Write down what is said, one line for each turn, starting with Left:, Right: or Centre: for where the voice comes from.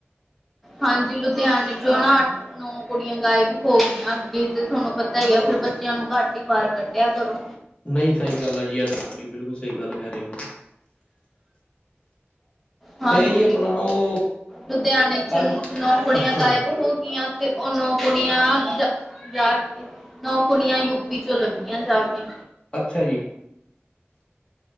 Centre: ਹਾਂਜੀ ਲੁਧਿਆਣੇ ਚੋ ਨਾ ਨੌ ਕੁੜੀਆ ਗਾਇਬ ਹੋ ਗਈਆ ਅੱਗੇ ਤੇ ਤੁਹਾਨੂੰ ਪਤਾ ਹੀ ਆ ਫੇਰ ਬੱਚਿਆ ਨੂੰ ਘੱਟ ਹੀ ਬਾਹਰ ਕੱਢਿਆ ਕਰੋ।
Left: ਨਹੀ ਸਹੀ ਗੱਲ ਆ ਜੀ ਇਹ ਤਾ ਤੁਹਾਡੀ ਬਿਲਕੁਲ ਸਹੀ ਗੱਲ ਕਹਿ ਰਹੇ ਹੋ।
Centre: ਹਾਂਜੀ
Left: ਤੇ ਜੀ ਆਪਣਾ ਉਹ
Centre: ਲੁਧਿਆਣੇ ਚ
Left: ਅੱਜ
Centre: ਨੌ ਕੁੜੀਆਂ
Left: ਅੱਛਾ
Centre: ਗਾਇਬ ਹੋ ਤੇ ਉਹ ਨੌ ਕੁੜੀਆਂ ਜਾ ਨੌ ਕੁੜੀਆ ਯੂਪੀ ਚੋਂ ਲੱਭੀਆ ਜਾ ਕੇ।
Left: ਅੱਛਾ ਜੀ।